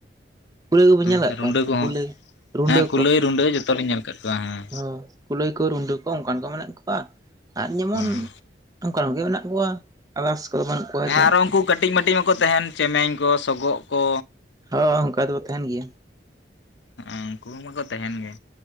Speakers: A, on the right (about 20°); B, on the left (about 80°).
A: ᱠᱩᱞᱟᱹᱭ ᱠᱚᱵᱤᱱ ᱧᱮᱞ
B: ᱦᱮᱸ
A: ᱟᱠᱟᱫ
B: ᱨᱩᱸᱰᱟᱹ
A: ᱠᱚᱣᱟ ᱛᱚ
B: ᱠᱚᱦᱚᱸ,
A: ᱠᱩᱞᱟᱹᱭ ᱨᱩᱰᱟᱹ
B: ᱦᱮᱸ ᱠᱩᱞᱟᱹᱭ ᱨᱩᱸᱰᱟᱹ ᱡᱚᱛᱚ ᱞᱤᱧ ᱧᱮᱞ ᱠᱟᱫ ᱠᱚᱣᱟ ᱦᱮᱸ᱾
A: ᱚ, ᱠᱩᱞᱟᱹᱭ ᱠᱚ, ᱨᱩᱸᱰᱟᱹ ᱠᱚ ᱚᱱᱠᱟᱱ ᱠᱚ ᱢᱮᱱᱟᱜ ᱠᱚᱣᱟ᱾ ᱟᱨ ᱡᱮᱢᱚᱱ
B: ᱦᱮᱸ
A: ᱚᱝᱠᱟᱱ ᱠᱚᱜᱮ ᱢᱮᱱᱟᱜ ᱠᱚᱣᱟ, ᱟᱫᱟᱥ ᱠᱚ ᱠᱚ ᱵᱟᱱᱩᱜ ᱠᱚᱣᱟ
B: ᱦᱮᱸ
A: ᱧᱚᱜ
B: ᱟᱨᱚ ᱩᱱᱠᱩ ᱠᱟᱹᱴᱤᱡ ᱢᱟᱹᱴᱤᱡ ᱢᱟᱠᱚ ᱛᱟᱦᱮᱸᱱ ᱪᱮᱢᱮᱧ ᱠᱚ, ᱥᱚᱜᱚᱜ ᱠᱚ᱾
A: ᱦᱚᱸ ᱚᱝᱠᱟ ᱫᱚᱠᱚ ᱛᱟᱦᱮᱱ ᱜᱮᱭᱟ᱾
B: ᱦᱮᱸ, ᱩᱝᱠᱩ ᱢᱟᱠᱚ ᱛᱟᱦᱮᱱ ᱜᱮ᱾